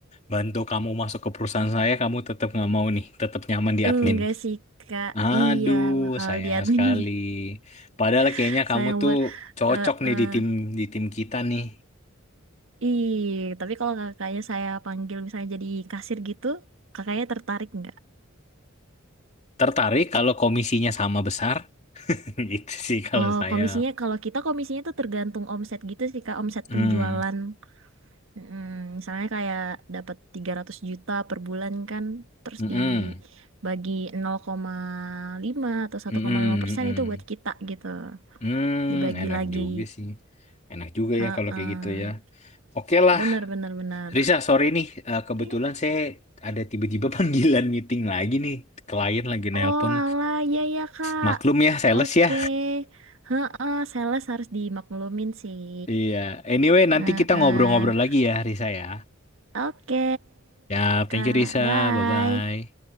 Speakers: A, on the left; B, on the right.
A: bantu kamu masuk ke perusahaan saya, kamu tetap nggak mau nih, tetap nyaman di
B: Enggak
A: admin.
B: sih, Kak.
A: Aduh,
B: Iya, bakal
A: sayang
B: di admin
A: sekali. Padahal
B: <laughs>
A: kayaknya kamu
B: Saya mau
A: tuh
B: eh
A: cocok nih
B: eh.
A: di tim di tim kita nih.
B: Ih, tapi kalau kakaknya saya panggil misalnya jadi kasir gitu, kakaknya tertarik nggak?
A: Tertarik kalau komisinya sama besar? <laughs> Itu sih kalau
B: Oh,
A: saya.
B: komisinya kalau kita komisinya tuh tergantung omset gitu sih, Kak, omset
A: Hmm.
B: penjualan. Mm, misalnya kayak dapat 300 juta per bulan kan, terus
A: Mm-mm.
B: dibagi nol koma lima atau satu
A: Mm-mm.
B: koma lima persen
A: Mm-mm.
B: itu buat kita gitu.
A: Hmm,
B: Dibagi
A: enak
B: lagi.
A: juga sih. Enak juga
B: Heeh.
A: ya kalau kayak gitu ya. Oke lah,
B: Bener, bener, bener.
A: Risa, sorry nih. Eh,
B: Oke.
A: kebetulan saya ada tiba-tiba <laughs> panggilan meeting lagi nih. Klien lagi nelpon.
B: Oh alah, iya ya Kak.
A: Maklum ya, sales
B: Oke.
A: ya.
B: Heeh, sales harus dimaklumin sih.
A: Iya. Anyway, nanti
B: Heeh.
A: kita ngobrol-ngobrol lagi ya, Risa ya.
B: Oke,
A: Ya,
B: Kak.
A: thank you Risa.
B: Bye.
A: Bye-bye.